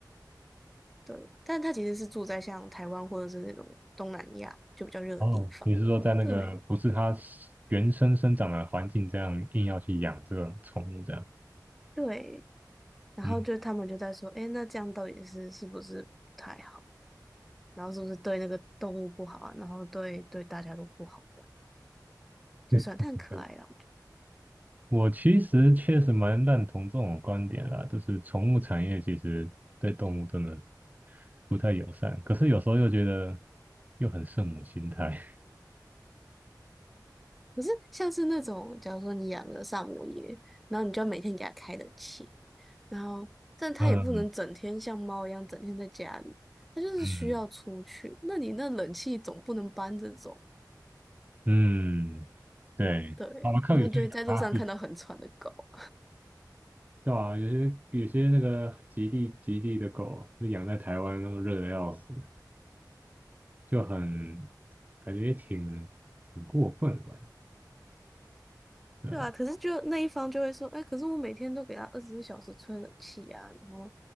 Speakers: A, in the centre; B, on the right.
A: 对。但他其实是住在像台湾或者是那种东南亚就比较热的地方，
B: 哦，你是说在那个不是它是原生生长的环境这样硬要去养这个宠物这样？
A: 对对。然后就他们就在说，
B: 嗯，
A: 诶，那这样到底是是不是不太好？然后是不是对那个动物不好啊？然后对对大家都不好，这样就算它很可爱啦。
B: 对对，我其实确实蛮认同这种观点啦，就是宠物产业其实对动物真的不太友善，可是有时候又觉得又很圣母心态。<laughs>
A: 可是像是那种，假如说你养个萨摩耶，然后你就要每天给它开冷气，然后但它也不能整天像猫一样整天在家里，
B: 嗯
A: 它就是需要出去。
B: 嗯
A: 那你那冷气总不能搬着走，
B: 嗯，对，
A: 对，
B: 好了，看有些人养哈士奇。
A: 那你就会在路上看到很喘的狗，
B: 对啊，有些有些那个极地极地的狗，那养在台湾那么热的要死，就很感觉也挺挺过分的吧？
A: <laughs>
B: 对啊，
A: 对啊，可是就那一方就会说，哎，可是我每天都给它二十四小时吹冷气啊，然后